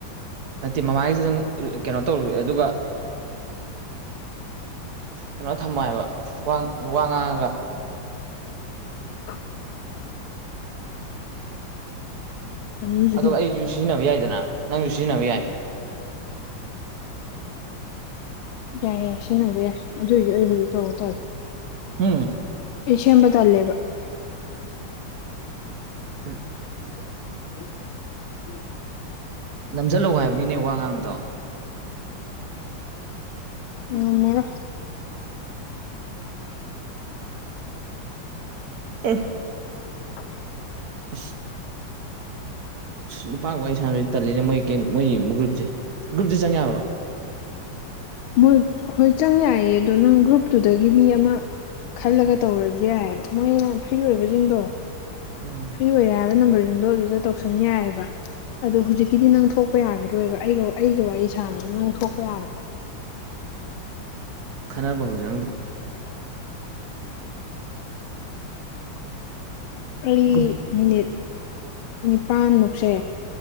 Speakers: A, on the right; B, on the left.
A: ꯅꯠꯇꯦ ꯃꯃꯥꯡꯒꯤꯁꯤꯗꯪ ꯀꯩꯅꯣ ꯇꯧꯔꯦ ꯑꯗꯨꯒ ꯀꯩꯅꯣ ꯊꯝꯃꯣ ꯍꯥꯏꯕ ꯋꯥ ꯋꯥ ꯉꯥꯡꯉꯒ
B: ꯑ ꯑꯅꯤꯁꯨ
A: ꯑꯗꯣ
B: ꯈꯤꯇꯪ
A: ꯑꯩꯁꯨ ꯁꯤꯖꯤꯟꯅꯕ ꯌꯥꯏꯗꯅ ꯅꯪꯁꯨ ꯁꯤꯖꯤꯟꯅꯕ ꯌꯥꯏ
B: ꯌꯥꯏ ꯌꯥꯏ ꯁꯤꯖꯤꯟꯅꯕ ꯌꯥꯏ ꯑꯗꯨꯗꯤ ꯇꯧꯕ ꯇꯥꯔꯦ
A: ꯎꯝ
B: ꯑꯦꯁꯤ ꯑꯝꯕ ꯇꯂꯦꯕ
A: ꯎꯝ ꯎꯝ
B: ꯎꯝ ꯎꯝ
A: ꯅꯝꯁꯤꯜꯍꯧ ꯍꯥꯏꯕꯅꯤꯅꯦ ꯋꯥ ꯉꯥꯡꯕꯗꯣ
B: ꯎꯝ ꯃꯔ
A: ꯑ
B: ꯍꯥꯏ
A: ꯑ ꯅꯨꯄꯥ ꯋꯥ ꯁꯥꯟꯅꯕꯁꯤ ꯇꯜꯂꯤꯅꯦ ꯃꯣꯏ ꯀ ꯃꯣꯏꯒꯤ ꯒ꯭ꯔꯨꯞꯁꯦ ꯒ꯭ꯔꯨꯞꯁꯦ ꯆꯪꯉ ꯌꯥꯕ꯭ꯔꯣ
B: ꯃꯣꯏ ꯍꯣꯏ ꯆꯪ ꯌꯥꯏꯌꯦ ꯑꯗꯣ ꯅꯪ ꯒ꯭ꯔꯨꯞꯇꯨꯗꯒꯤ ꯃꯤ ꯑꯃ ꯈꯜꯂꯒ ꯇꯧꯔꯁꯨ ꯌꯥꯏꯑꯕ ꯃꯣꯏꯅ ꯐ꯭ꯔꯤ ꯑꯣꯏꯕꯁꯤꯡꯗꯣ
A: ꯎꯝ
B: ꯐ꯭ꯔꯤ ꯑꯣꯏꯔꯦ ꯍꯥꯏꯕ ꯅꯝꯕꯔꯁꯤꯡꯗꯣ ꯑꯗꯨꯗ ꯇꯧꯁꯟ ꯌꯥꯏꯑꯕ ꯑꯗꯣ ꯍꯧꯖꯤꯛꯀꯤꯗꯤ ꯅꯪ ꯊꯣꯛꯄ ꯌꯥꯈꯤꯔꯣꯏꯕ ꯑꯩꯒ ꯑꯩꯒ ꯋꯥꯔꯤ ꯁꯥꯅꯕꯅ ꯅꯪ ꯊꯣꯛꯄ ꯌꯥꯔꯣ <unintelligible>
A: ꯈꯟꯅꯕ ꯍꯧꯖꯔꯪꯗꯦ
B: ꯑꯩꯔꯤ
A: ꯒ꯭ꯔꯨꯞ
B: ꯃꯤꯅꯤꯠ ꯅꯤꯄꯥꯜꯃꯨꯛꯁꯦ